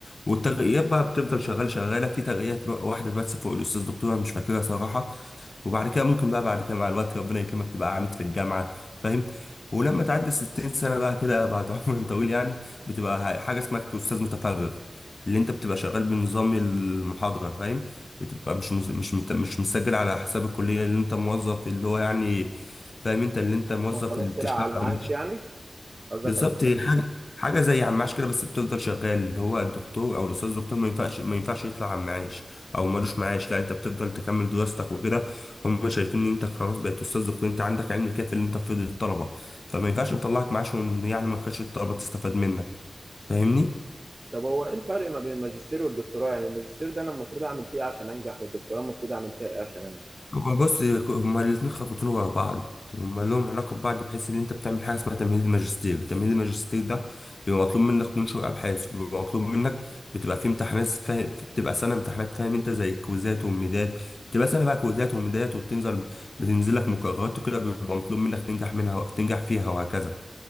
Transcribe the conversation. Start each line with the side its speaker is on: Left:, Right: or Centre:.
Left: والترقيات بقى بتفضل شغال شغاله في ترقيات بقى واحده بس فوق الاستاذ دكتوره مش فاكرها صراحه وبعد كده ممكن بقى بعد كده مع الوقت ربنا يكرمك تبقى عامد في الجامعه فاهم ولما تعدي 60 سنه بقى كده بعد <laughs> عمر طويل يعني بتبقى حاجه اسمها استاذ متفرغ اللي انت بتبقى شغال بنظام المحاضره فاهم بتبقى مش مش مش مت- مش مسجل على حساب الكليه اللي انت موظف اللي هو يعني فاهم انت اللي انت موظف
Right: عشان خلاص
Left: اللي
Right: طلع
Left: تشتغل
Right: على المعاش يعني قصدك
Left: بالظبط
Right: عشان خلاص.
Left: هي حاجه حاجه زي عماش كده بس بتفضل شغال اللي هو الدكتور او الاستاذ الدكتور ما ينفعش ما ينفعش يطلع عماش او ملوش معاش لا انت بتفضل تكمل دراستك وكده هم شايفين ان انت خلاص بقيت استاذ دكتور انت عندك علم كافي ان انت تفيد الطلبه فما ينفعش نطلعك معاش وإن يعني ما نخش الطلبه تستفاد منك فاهمني
Right: طب هو ايه الفرق ما بين الماجستير والدكتوراه يعني الماجستير ده انا المفروض اعمل فيه إيه عشان انجح والدكتوراه المفروض اعمل فيها ايه عشان انجح
Left: هما بص هما الاتنين خطوتين ورا بعض هما لهم علاقة ببعض بحيث إن أنت بتعمل حاجة اسمها تمهيد الماجستير تمهيد الماجستير ده بيبقى مطلوب منك تنشر أبحاث وبيبقى مطلوب منك بتبقى في امتحانات فاهم بتبقى سنة امتحانات فاهم أنت زي الكويزات والميدات بتبقى سنة بقى كويزات وميدات وبتنزل بتنزل لك مقررات وكده بيبقى مطلوب منك تنجح منها تنجح فيها وهكذا